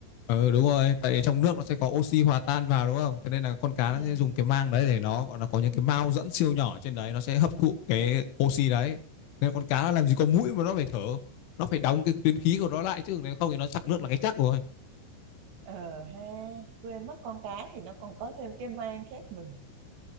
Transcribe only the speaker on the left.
Ừ đúng rồi, tại trong nước nó sẽ có oxy hòa tan vào đúng không? Thế nên là con cá
nó sẽ dùng cái mang đấy để nó gọi là có những cái mao dẫn siêu nhỏ trên đấy nó sẽ hấp thụ cái oxy đấy. Nên con cá nó làm gì có mũi mà nó phải thở, nó phải đóng cái tuyến khí của nó lại chứ nếu không thì nó trặc nước là cái chắc rồi.